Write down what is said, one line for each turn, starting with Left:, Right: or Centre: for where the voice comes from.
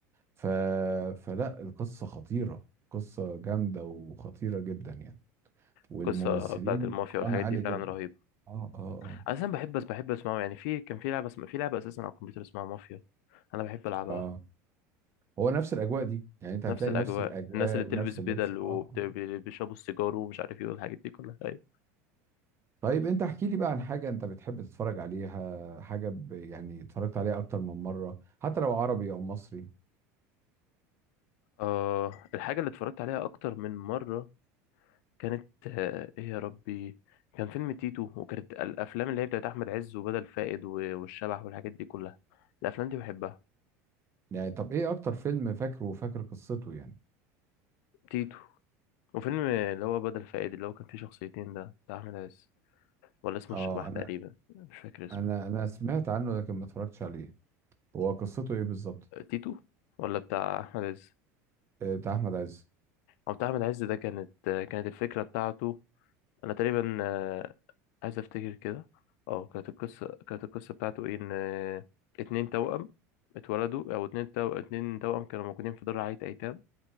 Right: ف... فلا القصة خطيرة قصة جامدة وخطيرة جدا يعني والممثلين
Left: القصه بتاعت المافيا
Right: اتقان
Left: والحاجات
Right: عالي
Left: دي فعلا
Right: جدا
Left: رهيبه
Right: اه اه
Left: انا بحب بس بحب اسمعه يعني في كان في لعبه اسم... في لعبه اساسا على الكمبيوتر اسمها مافيا انا بحب العبها
Right: اه اه هو نفس الاجواء دي يعني انت هتلاقي
Left: نفس الاجواء
Right: نفس الاجواء
Left: الناس اللي
Right: ونفس
Left: بتلبس بدل
Right: اللبس اه
Left: وبيشربوا
Right: آه.
Left: السيجار ومش عارف ايه والحاجات دي كلها أيوه.
Right: طيب انت احكي لي بقى عن حاجه انت بتحب تتفرج عليها حاجه ب... يعني اتفرجت عليها اكتر من مره حتى لو عربي او مصري
Left: آه الحاجة اللي اتفرجت عليها أكتر من مرة كانت آه إيه يا ربي كان فيلم تيتو وكانت الأفلام اللي هي بتاعت أحمد عز وبدل فائد و- والشبح والحاجات دي كلها الأفلام دي بحبها
Right: يعني طب ايه اكتر فيلم فاكره وفاكر قصته يعني
Left: تيتو وفيلم اللي هو بدل فائد اللي هو كان فيه شخصيتين ده بتاع أحمد عز ولا اسمه
Right: اه
Left: الشبح
Right: انا
Left: تقريبا مش فاكر اسمه
Right: انا انا سمعت عنه لكن ما اتفرجتش عليه هو قصته ايه بالظبط
Left: تيتو ولا بتاع أحمد عز
Right: آه، بتاع احمد عز
Left: أو بتاع أحمد عز ده كانت آه، كانت الفكرة بتاعته أنا تقريبا آه، عايز افتكر كده اه كانت القصه كانت القصه بتاعته ايه ان آه، اتنين توأم اتولدوا او اتنين تو... اتنين توأم كانوا موجودين في دار رعاية ايتام